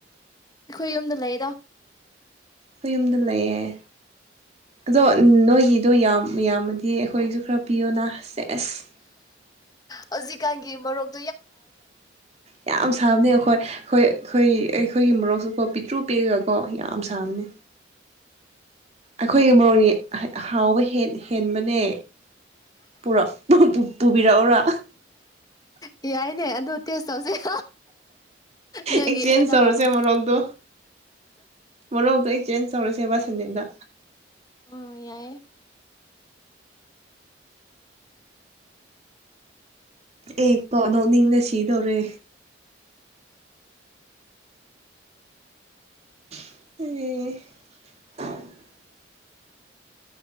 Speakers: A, on the left; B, on the right.
A: ꯑꯩꯈꯣꯏ ꯌꯨꯝꯗ ꯂꯩꯔ
B: ꯑꯩꯣꯏ ꯌꯨꯝꯗ ꯂꯩꯌꯦꯦ ꯑꯗꯣ ꯅꯣꯏꯒꯤꯗꯣ ꯌꯥꯝ ꯌꯥꯝꯃꯗꯤ ꯑꯩꯈꯣꯏꯒꯤꯁꯨ ꯈꯔ ꯄꯤꯌꯣꯅ ꯑꯁꯁꯦ ꯑꯁ
A: ꯍꯧꯖꯤꯛꯀꯥꯟꯒꯤ ꯃꯔꯣꯛ
B: ꯌꯥꯝ ꯁꯥꯕꯅꯤ ꯑꯩꯈꯣꯏ ꯍꯣꯏ ꯑꯩꯈꯣꯏ ꯑꯩꯈꯣꯏꯒꯤ ꯃꯔꯣꯛꯁꯨꯀꯣ ꯄꯤꯛꯇ꯭ꯔꯨ ꯄꯤꯛꯑꯒꯀꯣ ꯌꯥꯝ ꯑꯁꯥꯔꯅꯦ ꯑꯩꯈꯣꯏꯒꯤ ꯃꯣꯛꯁ ꯍꯥꯎꯕ ꯍꯦꯟꯕꯅꯦ ꯄꯨꯔꯛ ꯄꯨꯕꯤꯔꯛꯎꯔꯥ
A: ꯌꯥꯏꯅꯦ ꯑꯗꯨ ꯇꯦꯁ ꯇꯧꯁꯦ ꯅꯣꯏꯒꯤ
B: ꯑꯦꯛꯆꯦꯟꯖ
A: ꯍꯦꯟꯅ
B: ꯇꯧꯔꯁꯦ
A: ꯍꯥꯎꯔꯗꯤ
B: ꯃꯣꯔꯣꯛꯇꯣ ꯃꯣꯔꯣꯛꯇꯣ ꯆꯦꯟꯖ ꯇꯧꯔꯁꯦꯕꯥ ꯁꯟꯗꯩꯗ
A: ꯑ ꯌꯥꯏꯑꯌꯦ
B: ꯑꯦ ꯀꯣ ꯅꯧꯅꯤꯡꯅ ꯁꯤꯗꯧꯔꯦ ꯑꯦ